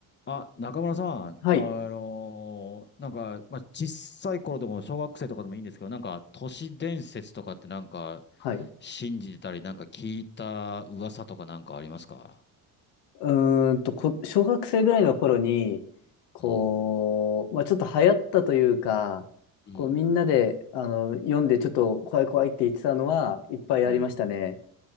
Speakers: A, on the left; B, on the left.
A: あ、中村さん、
B: はい。
A: あのーなんか、まあ、小さい頃でも小学生とかでもいいんですけど、なんか、都市伝説とかってなんか、
B: はい。
A: 信じてたり、なんか聞いた噂とかなんかありますか
B: うーんと、こ、小学生ぐらいの頃に、こう、
A: うん、
B: まあ、ちょっと流行ったというか、
A: うん、
B: こう、みんなで、あの、読んでちょっと怖い怖いって言ってたのはいっぱいありましたね。
A: うん。